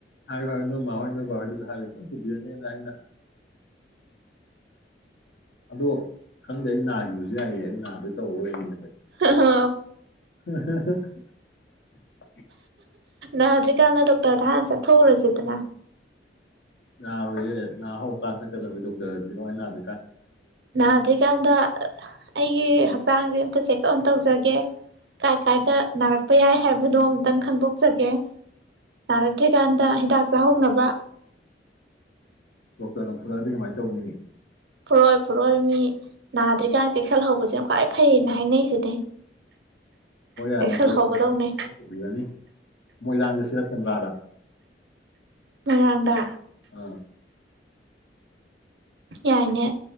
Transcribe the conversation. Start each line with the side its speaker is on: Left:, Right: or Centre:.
Left: ꯍꯥꯏꯥꯏ ꯍꯥꯏ ꯅ ꯃꯥꯎꯣꯏ ꯅꯕꯕꯥꯔ ꯍꯥꯏꯔ ꯐ ꯎꯗꯦꯅꯦꯅꯅꯥꯅ ꯑꯗꯣ ꯈꯪꯗꯦ ꯑꯩ ꯅꯥꯈꯤꯕꯁꯨ ꯌꯥꯏꯌꯦ ꯑꯩ ꯅꯥꯗꯩ ꯇꯧꯔ ꯂꯩꯌꯦ
Right: ꯑ ꯍ
Left: ꯎ
Right: ꯅꯥꯗ꯭ꯔꯤꯀꯥꯟꯗ ꯗꯣꯛꯇꯔꯗ ꯍꯍꯥꯟ ꯆꯠꯊꯣꯛꯎꯔꯁꯤꯗꯅ
Left: ꯌꯥꯅꯥꯔꯣꯏꯌꯦ ꯍ ꯍꯧꯔꯀꯥꯟ ꯆꯠꯀꯗꯕꯅꯤ ꯗꯣꯛꯇꯔ ꯑꯗꯨꯗꯤ ꯀꯃꯥꯏꯅ ꯅꯥꯥ
Right: ꯅꯗꯒꯥꯟꯗ ꯑꯩꯒꯤ ꯍꯛꯆꯥꯡꯁꯦ ꯑꯝꯇ ꯆꯦꯛ ꯑꯣꯟ ꯇꯧꯖꯒꯦ ꯀꯥꯏ ꯀꯥꯏꯗ ꯅꯥꯔꯛꯄ ꯌꯥꯏ ꯍꯥꯏꯕꯗꯣ ꯑꯝꯇꯪ ꯈꯪꯗꯣꯛꯆꯒꯦ ꯅꯥꯔꯛꯇ꯭ꯔꯤꯀꯥꯟꯗ ꯍꯤꯗꯥꯛ ꯆꯥꯍꯧꯅꯕ
Left: ꯗꯣꯛꯇꯔꯅ ꯐꯨꯔꯛꯑꯗꯤ ꯀꯃꯥꯏꯅ ꯇꯧꯅꯤ
Right: ꯄꯔꯣꯏ ꯄꯔꯣꯏ ꯃꯤ ꯅꯥꯗ꯭ꯔꯤꯀꯥꯟꯗ ꯆꯦꯛꯁꯤꯜ ꯍꯧꯕꯁꯦꯨ ꯀ ꯐꯩꯌꯦꯅ ꯍꯥꯏꯅꯩꯁꯤꯅꯦ
Left: ꯍ ꯌꯥꯔꯦꯣ
Right: ꯆꯦꯛꯁꯤꯜꯍꯧꯒꯗꯧꯅꯦ
Left: ꯆꯅꯤ ꯃꯣꯏꯗꯥꯡꯗ ꯁꯤꯗꯁꯟꯥꯔ
Right: ꯃꯣꯏꯔꯥꯡꯗ
Left: ꯑꯝ
Right: ꯌꯥꯏꯅꯦ